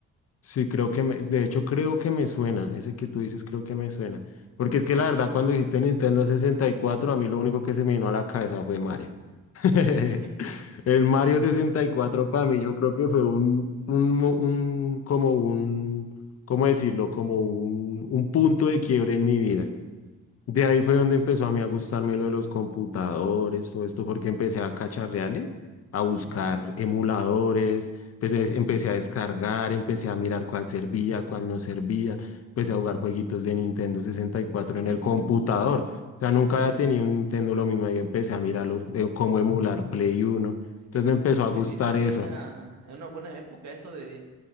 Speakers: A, on the left (about 55°); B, on the right (about 65°).
A: Sí, creo que me, de hecho creo que me suena, ese que tú dices creo que me suena, porque es que la verdad cuando dijiste Nintendo 64 a mí lo único que se me vino a la cabeza fue Mario. <laughs>
B: <laughs>
A: El Mario 64 para mí yo creo que fue un, un, mo- un como un, ¿cómo decirlo? Como un, un punto de quiebre en mi vida. De ahí fue donde empezó a mí a gustarme lo de los computadores, todo esto, porque empecé a cacharrearle, a buscar
B: Ujú.
A: emuladores, empecé, empecé a descargar, empecé a mirar cuál servía, cuál no servía, empecé a jugar jueguitos de Nintendo 64
B: <laughs>
A: en el computador. O sea, nunca había tenido un Nintendo lo mismo, ahí empecé a mirar los, eh, cómo emular Play Uno,
B: Sí,
A: Entonces me empezó
B: sí,
A: a gustar
B: definitivamente
A: eso.
B: una, una buena época eso de